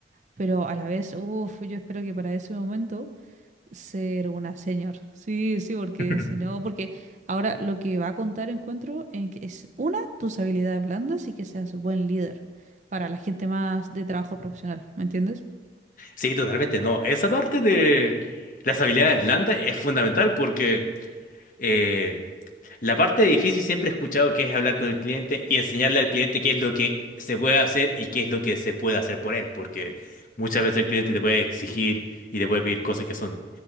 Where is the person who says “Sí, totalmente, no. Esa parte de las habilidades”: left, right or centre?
Left